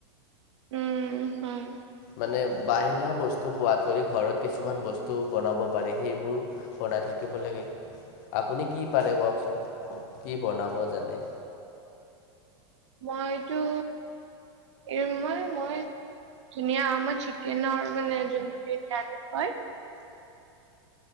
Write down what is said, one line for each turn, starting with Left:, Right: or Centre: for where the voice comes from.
Right: উম হয়
Left: মানে বাহিৰা বস্তু সোৱাদ কৰি ঘৰত কিছুমান বস্তু বনাব পাৰি সেইবোৰ বনাই থ থাকিব লাগে আপুনি কি পাৰে কওকচোন কি বনাব জানে
Right: মইটো এ মই মই ধুনিয়া আমাৰ চিকেনৰ আৰু মানে যোনটো বিৰিয়ানী হয় <unintelligible>